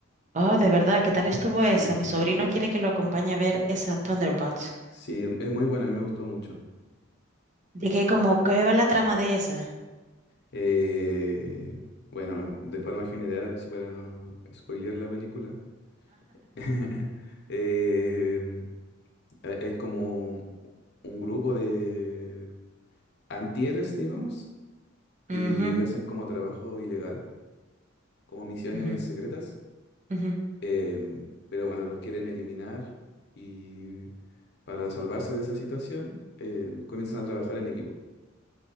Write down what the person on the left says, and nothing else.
Sí,
sí, es muy buena, a mí me gustó mucho.
Eh, bueno, de forma general, si para no spoilear la película. <laughs> em, hay hay como un grupo de antieres, digamos, y
ellos hacen como trabajo ilegal, como misiones
secretas,
em, pero bueno, los quieren eliminar y para salvarse de esa situación eh, comienzan a trabajar en equipo.